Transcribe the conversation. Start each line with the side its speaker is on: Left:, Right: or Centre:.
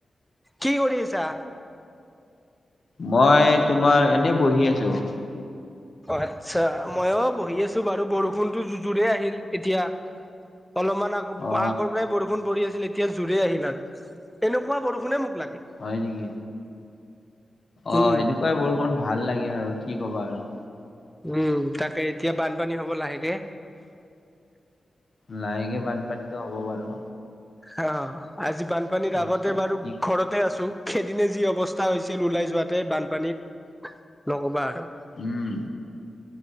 Centre: কি কৰি আছা?
Left: মই তোমাৰ, এনেই বহি আছোঁ।
Centre: আচ্ছা মইও বহি আছো বাৰু বৰষুণতো জু জোৰে আহিল এতিয়া অলপমান আগ
Left: অ
Centre: আগৰ পৰাই বৰষুণ পৰি আছিল এতিয়া জোৰেই আহিল আৰু এনেকুৱা বৰষুণে মোক লাগে।
Left: হয় নেকি অ
Centre: উম,
Left: এনেকুৱাই বৰষুণ ভাল লাগে আৰু কি কবা আৰু
Centre: উম, তাকে এতিয়া বানপানী হ'ব লাহেকে।
Left: লাহেকে বানপানীটো হ'ব বাৰু
Centre: অ আজি বানপানীৰ
Left: এই
Centre: আগতে
Left: কি
Centre: বাৰু
Left: কি
Centre: ঘৰতে আছো সেইদিনে যি অৱস্থা হৈছিল ওলাই যোৱাতে বানপানীত নকবা আৰু
Left: উম